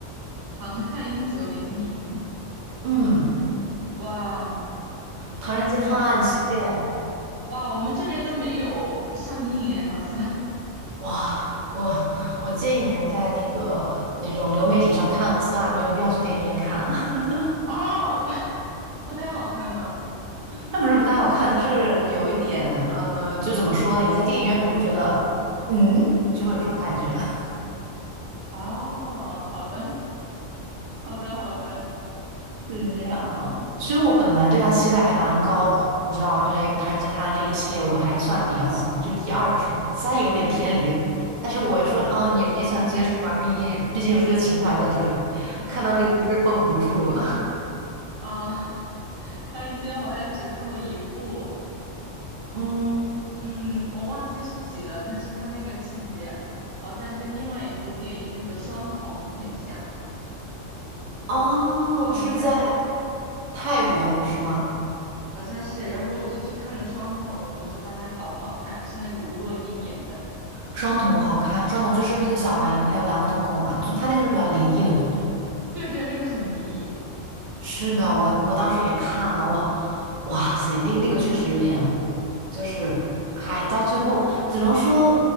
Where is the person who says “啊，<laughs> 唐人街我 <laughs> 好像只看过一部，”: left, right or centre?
Right